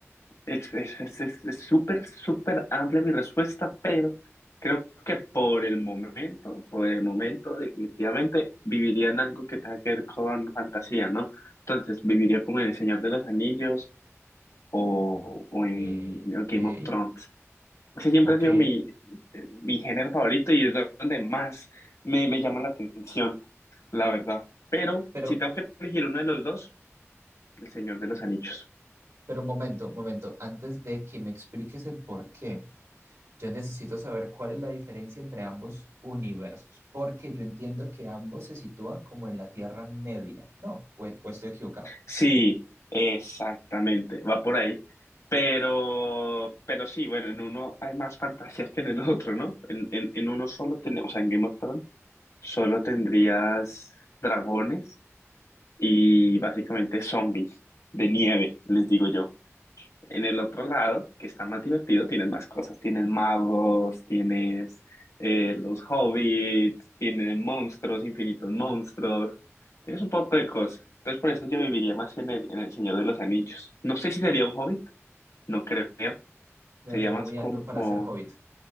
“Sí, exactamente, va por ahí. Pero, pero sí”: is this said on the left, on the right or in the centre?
Left